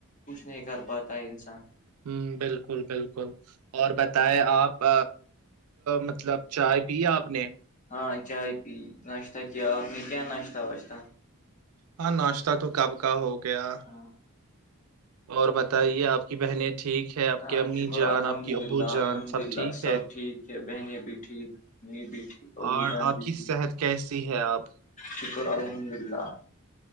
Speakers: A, on the left; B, on the right.
A: کچھ نہیں کر پاتا ہے انسان
B: ہ بالکل بالکل اور بتائیں آپ مطلب چائے پیا آپ نے
A: ہاں چائے پی ناشتہ کیا آپ نے کیا ناشتہ واشتہ
B: ہاں ناشتہ تو کب کا ہو گیا
A: ہاں
B: اور بتائیے آپ کی بہنیں ٹھیک ہے آپ
A: ہاں
B: کی امی
A: شکر
B: جان
A: الحمد
B: آپ کی ابو
A: للہ
B: جان
A: الحمد
B: سب
A: للہ
B: ٹھیک
A: سب
B: ہے
A: ٹھیک ہے بہنیں بھی ٹھیک م بی تھی ابو
B: اور
A: جان
B: آپ
A: بی
B: کی
A: تھی
B: صحت کیسی ہے آپ
A: شکر الحمد اللہ